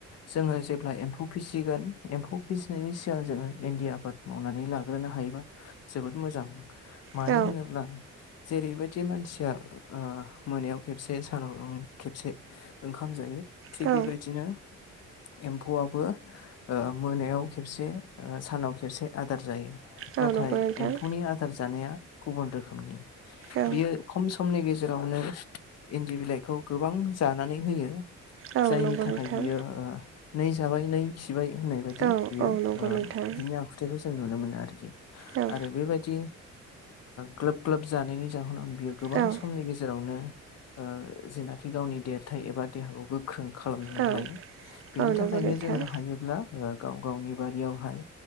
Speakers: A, on the left; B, on the right.
A: जोङो जेब्ला एम एम्फौ फिसिगोन एम्फौ फिसिनायनि सिगां जोङो इन्दि आबाद मावनानै लाग्रोनो हायोबा जोबोद मोजां मानो
B: औ
A: होनोब्ला जेरैबायदि मानसिया मोनायाव खेबसे सानाव खेबसे ओंखाम जायो थिग
B: औ
A: बेबायदिनो एम्फौआबो मोनायाव खेबसे सानाव खेबसे आदार जायो।
B: औ
A: नाथाय
B: नंगौ नोंथां
A: एम्फौनि आदार जानाया गुबुन रोखोमनि
B: औ
A: बियो खम समनि गेजेराव जेरावनो इन्दि बिलाइखौ गोबां जानानै होयो
B: औ
A: जायनि
B: नंगौ
A: थाखाय
B: नोंथां
A: बियो नै जाबाय नै खिबाय होननाय बायदि
B: औ
A: बियो
B: औ नंगौ नोंथां
A: बिनि आखुथायाइखौ जों नुनो मोनो आरोखि
B: औ
A: आरो बेबायदि ग्लोब ग्लोब जानायनि जाहोनाव बियो गोबां
B: औ
A: समनि गेजेरावनो जेनाखि गावनि देरथाय एबा देहाखौ गोख्रों खालामनानै
B: औ
A: लायो बेनि
B: औ नंगौ
A: थाखायनो
B: नोंथां
A: जोङो हायोब्ला गाव गावनि बारियावहाय